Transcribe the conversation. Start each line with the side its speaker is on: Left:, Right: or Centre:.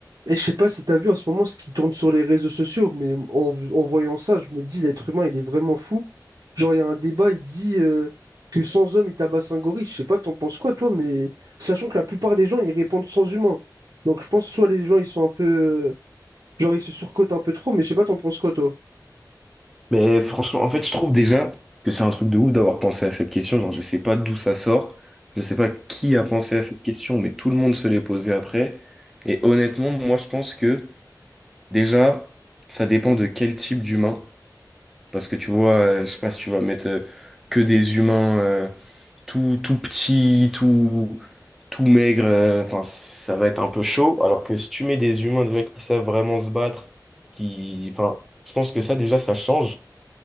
Right: Et je sais pas si tu as vu en ce moment ce qui tourne sur les réseaux sociaux, mais en, v- en voyant ça, je me dis l'être humain, il est vraiment fou. Genre, il y a un débat, il dit euh, que sans homme, il tabasse un gorille. Je sais pas, t'en penses quoi, toi, mais sachant que la plupart des gens, ils répondent sans humain. Donc, je pense soit les gens, ils sont un peu. euh, genre, ils se surcotent un peu trop, mais je sais pas, t'en penses quoi, toi?
Centre: Mais franchement, en fait, je trouve déjà que c'est un truc de ouf d'avoir pensé à cette question. Genre, je sais pas d'où ça sort, je sais pas qui a pensé à cette question, mais tout le monde se l'est posé après. Et honnêtement, moi, je pense que déjà, ça dépend de quel type d'humain. Parce que tu vois, euh, je sais pas si tu vas mettre euh, que des humains euh, tout, tout petits, tout, tout maigres, euh, enfin, ça va être un peu chaud. Alors que si tu mets des humains déjà qui savent vraiment se battre, qui, enfin, je pense que ça, déjà, ça change.